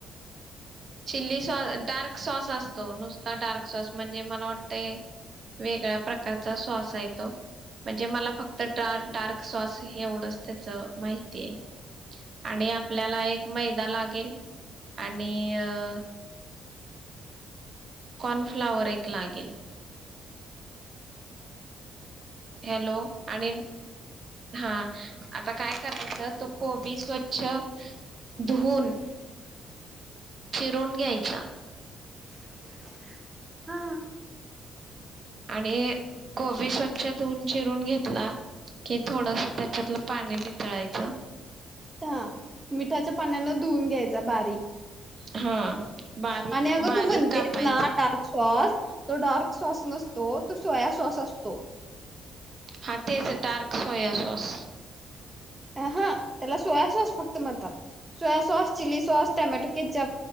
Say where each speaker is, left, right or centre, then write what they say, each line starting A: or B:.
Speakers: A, on the right; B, on the right.
A: चिली सॉस अ डार्क सॉस असतो नुसता डार्क सॉस म्हणजे मला वाटते वेगळ्या प्रकारचा सॉस आहे तो म्हणजे मला फक्त डार - डार्क सॉस एवढंच त्याच माहितीए आणि आपल्याला एक मैदा लागेल आणि ईअ कॉर्नफ्लाॅवर एक लागेल हॅलो आणिन हां आता काय करायचं तो कोबी स्वच्छ धुवन चिरून घ्यायचा
B: <inaudible> हा
A: आणि कोबी स्वच्छ धुऊून चिरून घेतला की थोडस त्याच्यातलं पाणी निथळयच
B: ह मिठाच्या पाण्यान धुवून घ्यायचा बारीक
A: हा बारीक
B: आणि अगं
A: बारीक
B: तू म्हणतेस
A: कापायचं
B: ना डार्क सॉस तो डार्क सॉस नसतो तो सोया सॉस असतो
A: हा तेच डार्क सोया सॉस
B: हा त्याला सोया सॉस फक्त म्हणतात soya sauce chilli sauce tomato ketchup